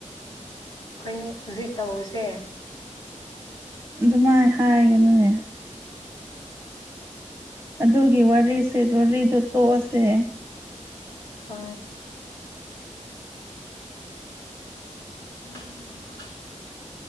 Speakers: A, on the left; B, on the right.
A: ꯑꯩꯈꯣꯏ ꯍꯧꯖꯤꯛ ꯇꯧꯁꯦ
B: ꯑꯗꯨꯃꯥꯏꯅ ꯍꯥꯏꯒꯅꯨꯅꯦ ꯑꯗꯨꯒꯤ ꯋꯥꯔꯤ ꯋꯥꯔꯤꯗ ꯇꯣꯛꯑꯁꯦ
A: ꯑ ꯎꯝ